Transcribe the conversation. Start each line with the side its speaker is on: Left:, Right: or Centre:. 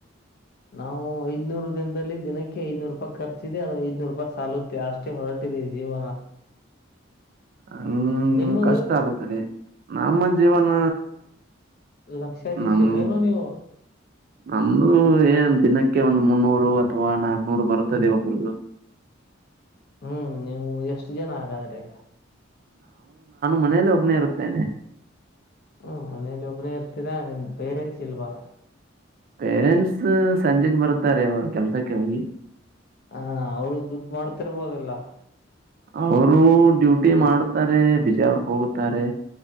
Left: ನಾವು ಐದ್ನೂರು ದಿನದಲ್ಲಿ ದಿನಕ್ಕೆ ಐದನೂರು ರೂಪಾಯಿ ಖರ್ಚಿದಿದೆ ಅದು ಐದನೂರು ರೂಪಿ ಸಾಲುತ್ತೆ ಅಷ್ಟೇ ಹೊರಟ ಟ್ಟಜಾ
Right: <inaudible> ಹ
Left: ನಿಮ್ಮದು
Right: ಕಷ್ಟ ಆಗುತ್ತದೆ ನಮ್ಮ ಜೀವನ
Left: ಲಕ್ಷಾಧೀಶ್ವರೇನ
Right: ನಮ
Left: ನೀವು
Right: ನಮ್ದು ಏಂತ ದಿನಕ್ಕೆ ಒಂದ್ ಮುನ್ನೂರು ಅಥವಾ ನಾಕ್ನೂರು ಬರುತ್ತದೆ ಒಬ್ರದು
Left: ಹ್ಮ್ ನೀವು ಎಷ್ಟು ಜನ ಹಾಗಗಾದ್ರೆ
Right: ಮನೇಲ್ಲ ಒಬ್ನೇ ಇರುತ್ತೇನೆ
Left: ಹ್ಮ್ ಮನೇಲಿ ಒಬ್ನೇ ಇರ್ತೀರಾ ನಿಮ್ ಪೇರೆಂಟ್ಸ್ ಇಲ್ವಾ
Right: ಪೇರೆಂಟ್ಸ್ ಸಂಜೆೆಗೆ ಬರ್ತಾರೆ ಅವ್ರ ಕೆಲ್ಸಕ್ಕೆ ಹೋಗಿ
Left: ಹಾ ಅವ್ರು ದುಡ್ಡು ಮಾಡ್ತಿರ್ಬೋದಲ್ಲ
Right: ಅವರು ಡ್ಯೂಟಿ ಮಾಡತಾರೆ ಬಿಜಾವ್ರಕ್ ಹೋಗುತ್ತಾರೆ